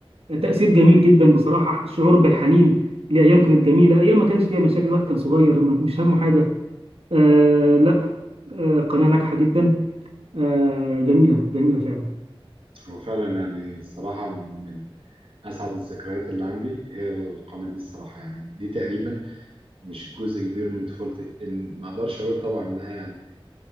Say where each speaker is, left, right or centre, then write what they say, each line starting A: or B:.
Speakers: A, on the right (about 90°); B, on the right (about 70°).
A: تأثير جميل جدا بصراحة الشعور بالحنين لأيام كانت جميلة أيام ما كانش فيها مشاكل الواحد كان صغير ما- مش همه حاجة آه لا آه قناة ناجحة جدا آه جميلة جميلة فعلا
B: هو فعلا يعني الصراحة من أسعد الذكريات اللي عندي هي القناة دي الصراحة يعني دي تقريبا مش جزء كبير من طفولتي إن ما أقدرش أقول طبعا إنها يعني